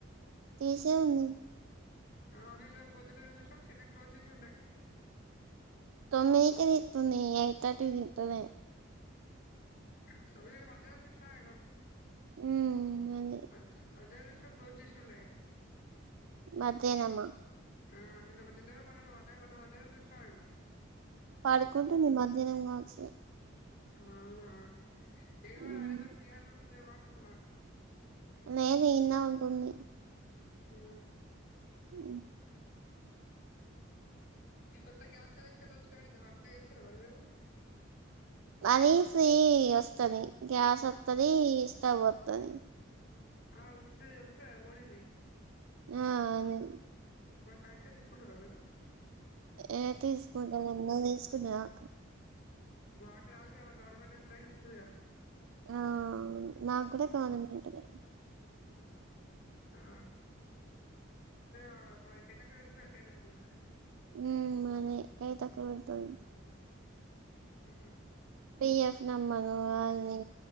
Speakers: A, on the right (about 80°); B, on the left (about 45°).
A: తీసే ఉంది
B: ఆ రేపొద్దున్నే చూసినం షట్టర్ క్లోజ్ చేసి ఉండే
A: అమెతే నిీతుంది అయితాటి నితునే
B: <unintelligible>
A: ఉమ్ అది
B: క్లోజ్ చేషుండే
A: మధేనమ్మా
B: ఆ లో ప వ వ వధన దుష్ నేను
A: పడుకుంటు నిమధ్యాహనం కావచ్చు
B: ఆ ఏ వాళ
A: ఉమ్
B: అరే త బహార్లుంట దవాళ ఫన్నా
A: లేదందా ఉంటున్నాయి
B: హ
A: ఉ
B: ఈ కొత్త గ్యాస్ కనెక్షన్ వచ్చినడు అప్లై చేస్తారా మరి మీరు
A: అనీ ఫ్రీ వస్తుంది గ్యాస్ వస్తుంది స్టవ్ వస్తుంది
B: ఆ ఉచి ద వస్తాద ఓడిది
A: ఆ అదే
B: ఒక కాలెక్షన్ తీసుకుంట రాిన
A: ఏ తీసుకుంటను ఎన్నో తీసుకుంటాకా
B: మాకు రాదు క మా గవర్నమెంట్ ఎంప్లాయస్ వస్తుంది
A: ఆ నాకుడ కానం ఏంటది
B: ఆ అ పకాతేక వరితుస్తలు
A: ఉ అదే కై తకుబడతుంది
B: ఆ
A: బఎఫ్ నమనుఅది